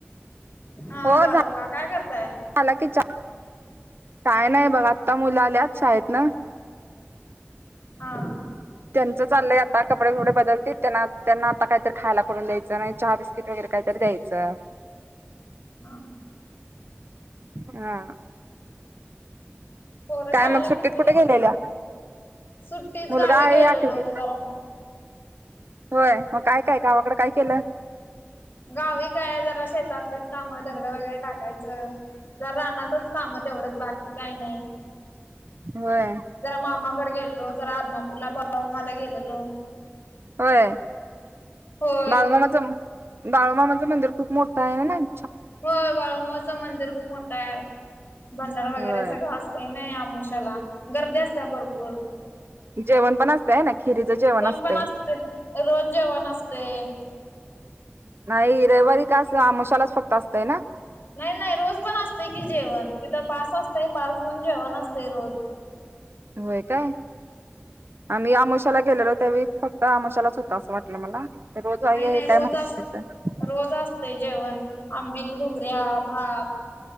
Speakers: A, on the left; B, on the right.
A: हा
B: हो
A: झालं
B: झा
A: बघा. काय करताय?
B: झाला की चा काय नाही बघा आत्ता मुल आल्यात शाळेतनं.
A: हा.
B: त्यांचं चाललंय आता कपडे बिपडे बदलतील. त्यांना त्यांना आता कायतर खायला करून द्यायचं, नाहीतर चहा बीस्कीट वगैर काहीतरी द्याय <unintelligible>
A: हा.
B: हा.
A: पोरं
B: काय
A: शाळेला
B: मग सुट्टीत
A: कितवीला
B: कुठे
A: आहेत?
B: गेलेल्या?
A: सुट्टीत
B: मुलगा
A: गावी
B: आहे
A: गेलेलो
B: आठवी
A: जरा.
B: होय मग काय काय गावाकडे काय केलं?
A: गावी काय जरा शेतातलीच काम, दगडं वगैरे टाकायचं. जरा रानातचं काम तेवढंच बाकी काही नाही.
B: होय
A: जरा मामाकडे गेलेलो, जरा आदमापूरला बाळु मामाला गेलेलो.
B: होय?
A: होय
B: बाळूमामाचं बाळूमामाचं मंदिर खूप मोठं आहे होय नाही?
A: होय बाळुमामाचं मंदिर खूप मोठ आहे. भंडारा वगैरे
B: होय
A: सगळं अस ते नाही आमोशाला गर्दी असत्या भरपूर.
B: जेवण पण असतंय हाय ना, खिरीचं जेवण असतंय.
A: पण असते रोज जेवण असतंय.
B: नाही रविवारी खास अमुशालाच फक्त असतंय ना?
A: नाही नाही रोज पण असतंय की जेवण, तिथं पास असतंय पास घेऊन जेवण असतंय रोज.
B: होय काय? आम्ही आमोशाला गेलेलो त्यावेळी फक्त आमोशालाच होत असं वाटलं मला. रोज आहे
A: नाही नाही
B: हे
A: रोज
B: काय माहिती
A: अस
B: तिथं
A: रोज असतंय जेवण आंबिल, घुगऱ्या, भात.